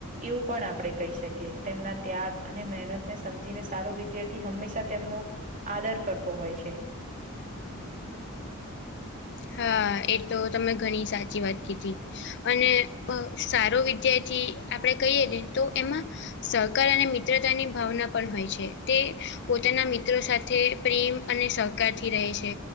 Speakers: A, on the right (about 35°); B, on the left (about 55°).
A: એવું પણ આપણે કહી શકીએ તેમના ત્યાગ અને મહેનત ને સમજીને સારો વિદ્યાર્થી હંમેશા તેમનો આદર કરતો હોય છે.
B: હા એ તો તમે ઘણી સાચી વાત કીધી. અને સારો વિદ્યાર્થી આપણેે કહીએ ને તો એમાં સહકાર અને મિત્રતાની ભાવના પણ હોય છે તે પોતાના મિત્રો સાથે પ્રેમ અને સહકાર થી રહે છે